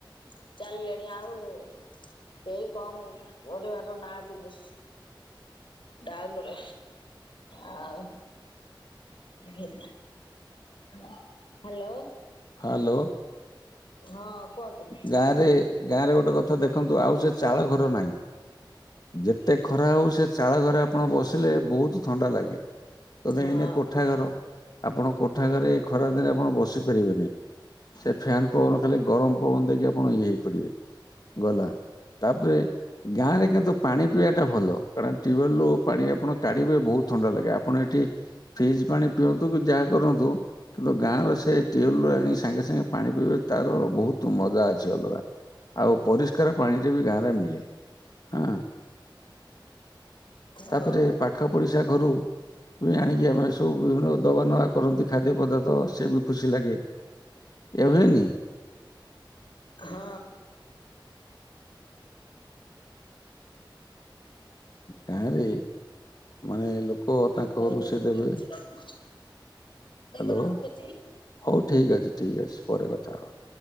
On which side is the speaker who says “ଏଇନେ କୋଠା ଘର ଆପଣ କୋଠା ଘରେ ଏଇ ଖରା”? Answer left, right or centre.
Left